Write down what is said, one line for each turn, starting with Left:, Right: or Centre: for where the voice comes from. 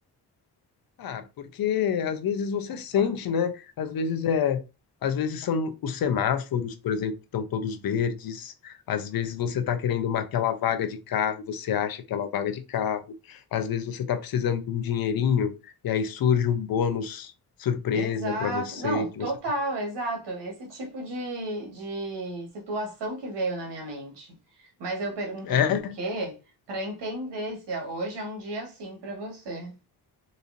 Left: Ah, porque às vezes você
Right: Opa.
Left: sente, né? Às vezes é, às vezes são os semáforos, por exemplo, que estão todos verdes. Às vezes você está querendo uma aquela vaga de carro, você acha aquela vaga de carro. Às vezes você está precisando de um dinheirinho e aí surge um bônus surpresa
Right: Exato.
Left: para você
Right: Não,
Left: que
Right: total,
Left: você fala,
Right: exato. Esse tipo de, de situação que veio na minha mente. Mas eu perguntei
Left: é?
Right: por quê, para entender se hoje é um dia assim para você.